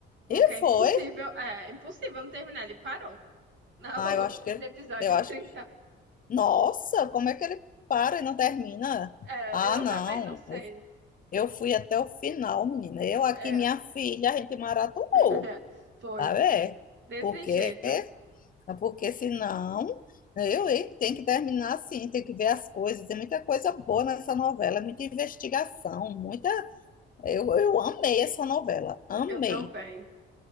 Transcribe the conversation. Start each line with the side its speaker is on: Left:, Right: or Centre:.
Right: Porque
Left: E
Right: é impossível.
Left: foi.
Right: É, impossível não terminar. Ele parou no, <laughs>
Left: Ah, eu acho que ele-
Right: no episódio
Left: eu acho
Right: trinta.
Left: que Nossa, como é que ele para e não termina?
Right: É,
Left: Ah,
Right: eu
Left: não.
Right: também não sei.
Left: Eu fui até o final, menina. Eu aqui,
Right: É.
Left: minha filha, a gente maratonou,
Right: <laughs> Pois,
Left: tá vendo?
Right: desse
Left: Porque
Right: jeito.
Left: Porque senão, né, eu, hein, tem que terminar assim, tem que ver as coisas. Tem muita coisa boa nessa novela, muita investigação, muita. Eu, eu amei essa novela, amei.
Right: Eu também.